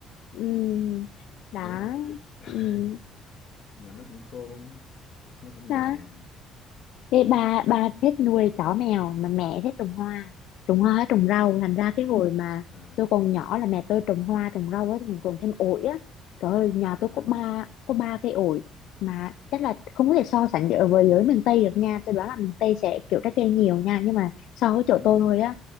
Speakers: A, on the left (about 70°); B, on the left (about 50°).
A: ừm, đó
B: hiểu không <laughs>
A: ừm,
B: mà nó cũng khôn nó cũng
A: đó
B: già
A: thế ba ba thích nuôi chó mèo mà mẹ thích trồng hoa trồng hoa với trồng rau thành ra cái hồi mà
B: à,
A: tôi còn nhỏ là mẹ tôi trồng hoa trồng rau với trồng, trồng thêm ổi á trời ơi nhà
B: à,
A: tôi có ba có ba cây ổi mà chắc là không có thể so sánh được với với miền Tây được nha tôi đoán là miền Tây sẽ kiểu trái cây nhiều nha nhưng mà so với chỗ
B: đúng
A: tôi
B: rồi
A: thôi á